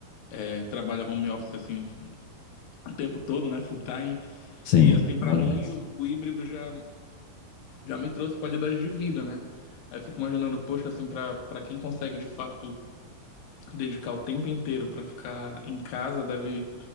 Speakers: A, on the left; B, on the left.
A: é, trabalha home office assim o tempo todo, né? Full time.
B: sim,
A: E assim, pra
B: bom
A: mim,
B: demais.
A: o, o híbrido já, já me trouxe qualidade de vida, né? Aí eu fico imaginando, poxa, assim, pra, pra quem consegue de fato dedicar o tempo inteiro pra ficar em casa, deve,